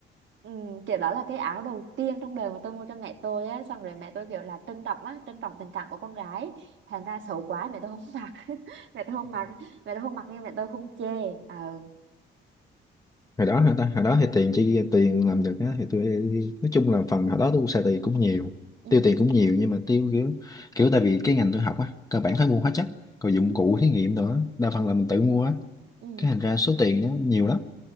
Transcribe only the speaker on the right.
Ừ, kiểu đó là cái áo đầu tiên trong đời mà tôi mua cho mẹ tôi á xong rồi mẹ tôi kiểu là trân trọng á trân trọng tình cảm của con gái thành ra xấu quá mẹ tôi không mặc <laughs> mẹ tôi không mặc mẹ tôi không mặc nhưng mẹ tôi không chê ờ
ừ
ừ